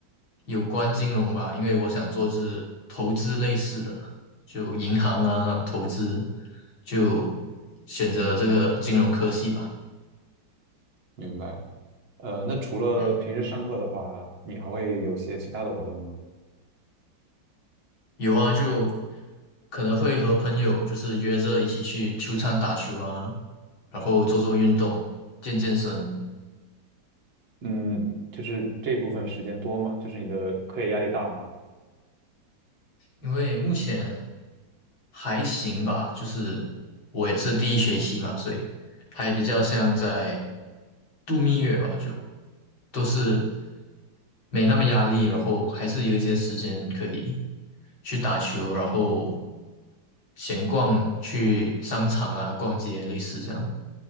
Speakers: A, on the left; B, on the right.
A: 有关金融吧，因为我想做是投资类似的，就银行啊，投资，就选择这个金融科系吧。
B: 明白。呃，那除了平时上课的话，
A: 嗯，
B: 你还会有些其他的活动吗？
A: 有啊，就可能会和朋友就是约着一起去球场打球啊，然后做做运动，健健身。
B: 嗯，就是这部分时间多吗？就是你的课业压力大吗？
A: 因为目前还行吧，就是我也是第一学期嘛，所以还比较像在度蜜月吧，就都是没那么压力，然后还是有一些时间可以去打球，然后闲逛，去商场啊逛街，类似这样。